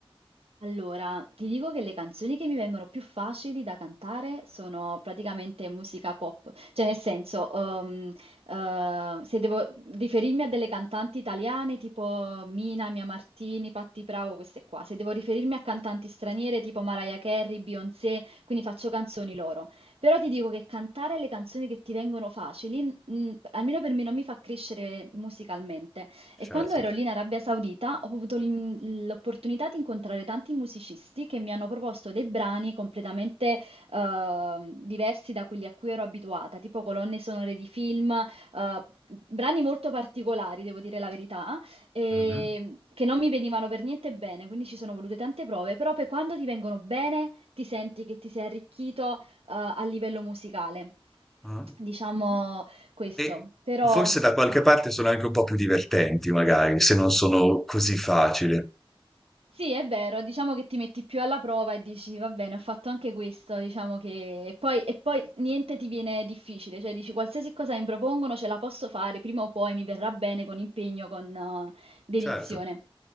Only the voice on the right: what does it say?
Allora, ti dico che le canzoni che mi vengono più facili da cantare sono praticamente musica pop, cioè nel senso, ehm, eh, se devo riferirmi a delle cantanti italiane tipo Mina, Mia Martini, Patti Bravo, queste qua, se devo riferirmi a cantanti straniere tipo Mariah Carey, Beyoncé, quindi faccio canzoni loro. Però ti dico che cantare le canzoni che ti vengono facili, mm, almeno per me non mi fa crescere musicalmente. E
quando ero lì in Arabia Saudita ho avuto l'im- l'opportunità di incontrare tanti musicisti che mi hanno proposto dei brani completamente ehm, diversi da quelli a cui ero abituata, tipo colonne sonore di film, eh, brani molto particolari, devo dire la verità, e
che non mi venivano per niente bene, quindi ci sono volute tante prove, però poi quando ti vengono bene ti senti che ti sei arricchito, eh, a livello musicale.
Diciamo questo,
però
sì.
Sì, è vero, diciamo che ti metti più alla prova e dici, va bene, ho fatto anche questo, diciamo che... E poi, e poi niente ti viene difficile, cioè dici, qualsiasi cosa mi propongono ce la posso fare, prima o poi mi verrà bene con impegno, con eh, dedizione.